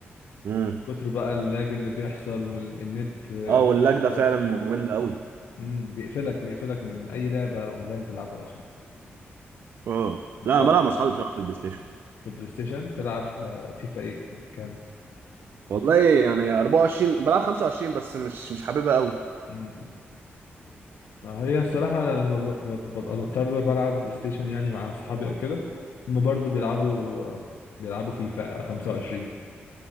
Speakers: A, on the right (about 60°); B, on the left (about 80°).
A: امم
B: من كتر بقى اللاج اللي بيحصل والنت آه،
A: اه واللاج ده
B: وحش
A: فعلا ممل قوي
B: امم بيقفلك بيقفلك من اي لعبه اونلاين تلعبها اصلا
A: اه
B: انت
A: لا انا بلعب مع اصحابي بصراحه في البلاي ستيشن
B: في بلاي ستيشن تلعب آه، فيفا ايه كام
A: والله يعني 24 بلعب 25 بس مش مش حاببها قوي
B: امم ما هي الصراحة أنا لما ب- ب- ببقى بضطر بلعب بلاي ستيشن يعني مع صحابي أو كده هما برضه بيلعبوا بيلعبوا فيفا 25